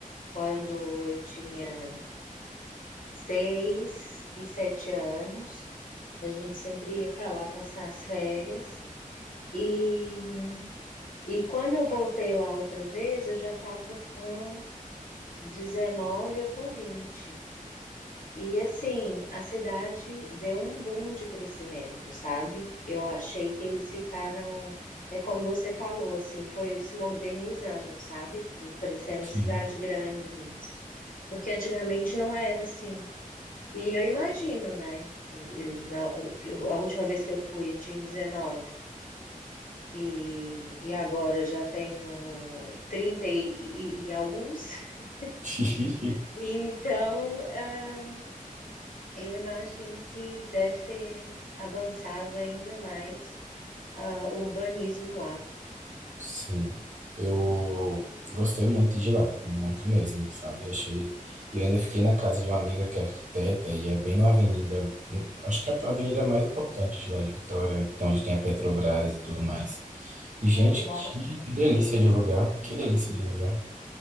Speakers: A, on the left; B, on the right.
A: Quando eu tinha seis e sete anos, a gente sempre ia para lá passar as férias. E, e quando eu voltei lá outra vez, eu já estava com 19 ou com vinte E assim, a cidade deu um boom de crescimento, sabe? Eu achei que eles ficaram, é como você falou, assim, foi se modernizando, sabe? Parecendo
B: Sim.
A: cidade grande mesmo. Porque antigamente não era assim. E eu imagino, né? Eu, na- eu- a última vez que eu fui, eu tinha dezenove E, e agora eu já tenho 30 e, e- e alguns. <laughs>
B: <laughs>
A: Então, ah, eu imagino que deve ter avançado ainda mais ah, o urbanismo lá.
B: Sim, eu gostei muito de lá, muito mesmo, sabe? Achei. E eu ainda fiquei na casa de uma amiga que é arquiteta e é bem na avenida, hum, acho que é a avenida mais importante de lá de Vitória, onde tem a Petrobras e tudo mais.
A: Hum,
B: E, gente,
A: nossa,
B: que, que delícia de lugar, que delícia de lugar.